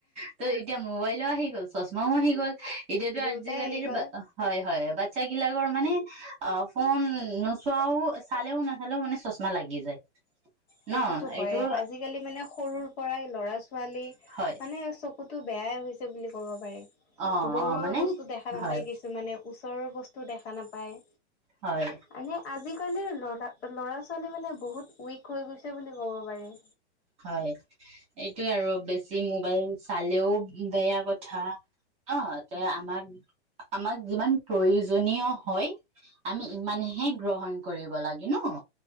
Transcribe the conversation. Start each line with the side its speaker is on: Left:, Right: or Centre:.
Right: ত এতিয়া মোবাইলো আহি ল চশমাও আহি গ'ল এতিয়াতো
Left: দুয়োটাই
Right: আজিকালিৰ
Left: আহি গ'ল।
Right: বা হয় হয় বাচ্ছা গিলাকৰ মানে অ ফোন নোচোৱাও চালেও নাচালেও মানে চচমা লাগি যায়
Left: সেইটোতো
Right: ন
Left: হয়
Right: এইটো
Left: আজিকালি মানে সৰু পৰাই ল'ৰা ছোৱালী
Right: হয়
Left: মানে কুতো বেয়াই হৈছে বুলি ক'ব পাৰি <unintelligible>
Right: অ
Left: দূৰৰ
Right: অ মানে
Left: বস্তু দেখা নাপায়
Right: হয়
Left: কিছুমানে ওচৰৰ বস্তু দেখা নাপায়
Right: হয়
Left: মানে আজিকালিৰ লৰা ল'ৰা ছোৱালী মানে বহুত উইক হৈ গৈছে বুলি ক'ব পাৰি
Right: হয় এইটোয়ে আৰু বেছি মোবাইল চালেও বেয়া কথা অ ত আমাক আমাক যিমান প্ৰয়োজনীয় হয় আমি ইমানহে গ্ৰহণ কৰিব লাগে ন